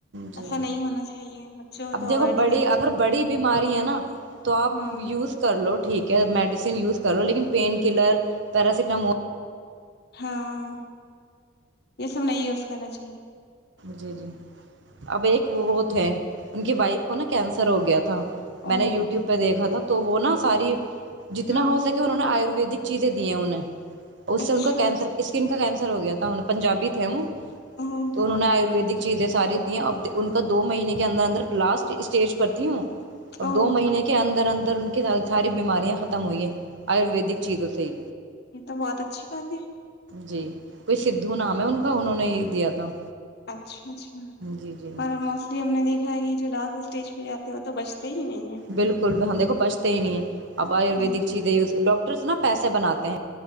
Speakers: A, on the right (about 65°); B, on the left (about 55°).
A: جی
B: ایسا نہیں ہونا چاہیے بچوں کو
A: اب
B: تو
A: دیکھو
B: اوائڈ ہی
A: بڑی
B: کرنا
A: اگر
B: چاہیے
A: بڑی بھی بیماری ہے نا تو آپ
B: ہوں
A: یوز کر لو ٹھیک ہے میڈیسین یوز کر لو لیکن پین کلر پیراسیٹامول
B: ہاں یہ سب نہیں یوز کرنا چاہیے
A: جی جی اب ایک وہ تھے ان کی وائف کو نا کینسر ہو گیا تھا میں
B: او
A: نے یوٹیوب پہ دیکھا تھا تو وہ نا ساری جتنا
B: ہوں
A: ہو سکے انہوں نے آیروروید دک چیزیں دی ہیں انہیں اس سے
B: اچھا
A: ان کا کینسر اسکن کا کینسر ہو گیا تھا پنجابی تھ وہ
B: <inaudible>
A: تو انہوں نے آیورویدک چیزیں ساری دییں اب ان کا دو مہینے کے اندر اندر لاسٹ اسٹیج پر تھیں وہ اور
B: او
A: دو مہینے کے اندر اندر ان کی ساری بیماریاں ختم ہوئی ہے آیورویدک چیزوں سے ہی
B: یہ تو بہت اچھی بات ہے
A: جی کوئی سدھو نام ہے ان کا انہوں نے ہی دیا تھا
B: اچھا اچھا
A: جی جی
B: پر موسٹلی ہم نے دیک یہ جو لاسٹ اسٹیج پہ جاتے ہو تو بچتے ہی نہیں
A: بالکل بھیاں دیکو بچتے ہی نہیں ہے اب آیورویدک
B: ہے
A: چیزیں یوز کر ڈاکٹر ڈاکٹرز نا پیسے بناتے ہیں